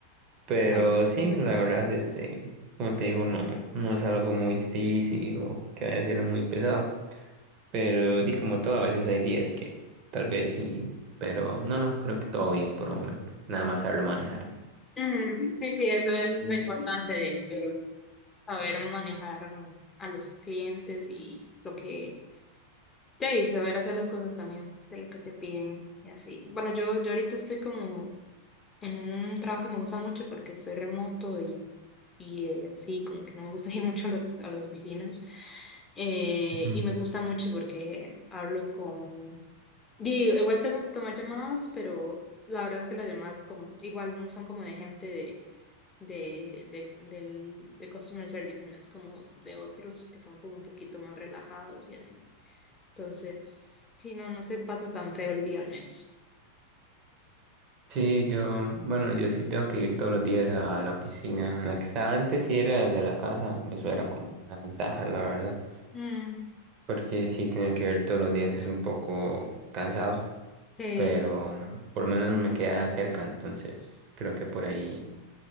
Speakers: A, on the right (about 35°); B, on the left (about 20°).
A: Pero
B: Ah,
A: sí,
B: qué bueno.
A: la verdad, este, como te digo, no, no es algo muy difícil o que vaya a ser muy pesado. Pero di como todo, a veces hay días que tal vez sí, pero no, no, creo que todo bien por el momento. Nada más saberlo manejar.
B: Mm, Sí, sí, eso es
A: Mm.
B: lo importante de, de saber manejar a los clientes y lo que, ya, y saber hacer las cosas también de lo que te piden y así. Bueno, yo, yo ahorita estoy como en un trabajo que me gusta mucho porque soy remoto y, y eh, así, como que no me gusta <laughs> ir mucho a las, a las oficinas. Eh,
A: Ujú.
B: y me gusta mucho porque hablo con... Digo, igual tengo que tomar llamadas, pero la verdad es que las llamadas como, igual no son como de gente de, de, de, del, de customer service, sino es como de otros que son como un poquito más relajados y así. Entonces, sí, no, no se pasa tan feo el día al menos.
A: Sí, yo, bueno, yo sí tengo que ir todos los días a la oficina. En la que estaba antes sí era de la casa, eso era como una ventaja, la verdad,
B: Mm,
A: porque sí tener que ir todos los días es un poco cansado,
B: eh,
A: pero mm, por lo menos me queda cerca, entonces creo que por ahí